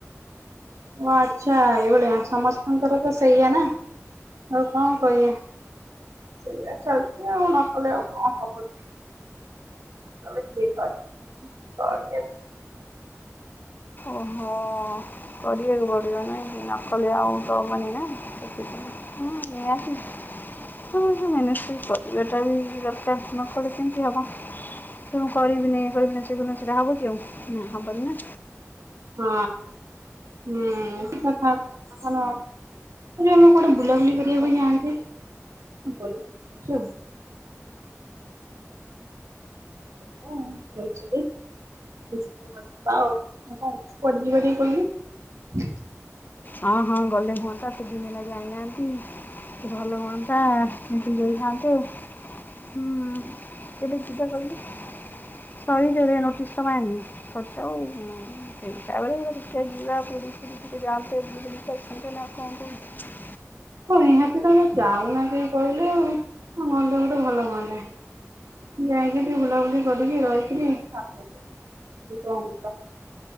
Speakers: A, on the right; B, on the left.
A: ଓ ଆଛା ଏଇଭଳିଆ ସମସ୍ତଙ୍କର ତ ସେଇଆ ନା। ଆଉ କଣ କଇଆ? ସେଇୟା ଚାଲିଛି ଆଉ ନ କଲେ ଆଉ କଣ ହବ କି? ତମେ ଠିକ୍ <unintelligible> ତାକୁ।
B: ଓହୋ। କରିଆକୁ ପଡିବ ନାଇ ନ କଲେ ଆଉ ତ ମାନେ ନା ସେଥିପାଇଁ। ହୁଁ ନିହାତି। ହୁଁ ହୁଁ ମ୍ୟାନେଜଫୁଲ କରିବା ଟା ବି ଦରକାର ନ କଲେ କେମିତି ହବ। ମୁ କରିବିନି ଏ କରିବିନି ସେ କରିବିନି ସେଇଟା ହବ କି ଆଉ ନା ହବନି ନା।
A: ହଁ ହୁଁ ଠିକ୍ କଥା କ <unintelligible> ଏ ଯାଉନୁ କୁଆଡେ ବୁଲା ବୁଲି କରିବାକୁ ଯାଆନ୍ତେ। କଣ କରିବି ଅଛି ଆଉ <unintelligible> <unintelligible> ଏଇ ସବୁ କଥା କହ କୁଆଡେ ଯିବା ଟିକେ କହିଲୁ।
B: ହଁ ହଁ ଗଲେ ହୁଅନ୍ତା କେତେ ଦିନି ହେଲା ଯାଇ ନାହାନ୍ତି। ଭଲ ହୁଅନ୍ତା ମିଶିକି ଯାଇ ଥାନ୍ତେ। ହୁଁ କେବେ ଯିବା କଇଲୁ? ସରିଯାଉ ଦେଖୀଆ ନୋଟିସ ତ ବାହାରିନି ସରିଯାଉ ଉ। କେନ୍ତା ବେଳେ ଦେଖିବା ଯିବା ପୁରୀ ଫୁରି ଟିକେ ଯାଆନ୍ତେ। ଟିକେ ବୁଲି ବୁଲି କି ଆସନ୍ତେ ନା କଣ କହୁଚୁ।
A: ହଁ ନିହାତି ତମେ ତ ଯାଉନ କେଇ କହିଲେ ଆଉ ଗଲେ ଗୋଟେ ଭଲ ହୁଅନ୍ତା। ଯାଇକି ଟିକେ ବୁଲାବୁଲି କରିକି ରହିକିରି ଆସନ୍ତେ କି କଣ କହୁଚ।